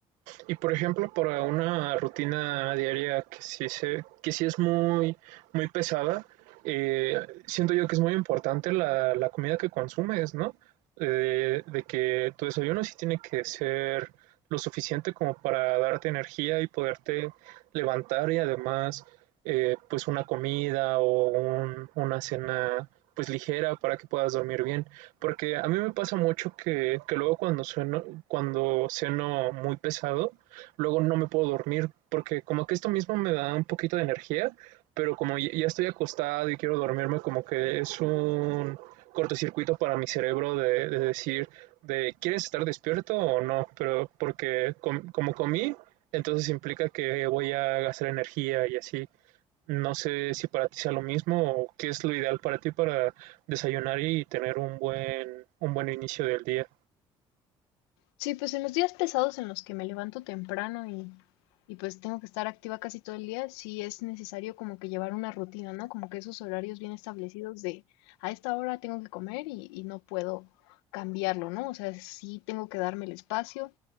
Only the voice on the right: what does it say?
Y por ejemplo, para una rutina diaria que sí, se, que sí es muy, muy pesada, eh, siento yo que es muy importante la, la comida que consumes, ¿no? Eh, de que tu desayuno sí tiene que ser lo suficiente como para darte energía y poderte levantar y además eh, pues una comida o un- una cena pues ligera para que puedas dormir bien. Porque a mí me pasa mucho que, que luego cuando sueno, cuando ceno muy pesado, luego no me puedo dormir porque como que esto mismo me da un poquito de energía, pero como ya estoy acostado y quiero dormirme, como que es un cortocircuito para mi cerebro de, de decir, de, ¿quieres estar despierto o no? Pero porque com- como comí, entonces implica que voy a gastar energía y así. No sé si para ti sea lo mismo o qué es lo ideal para ti para desayunar y tener un buen, un buen inicio del día.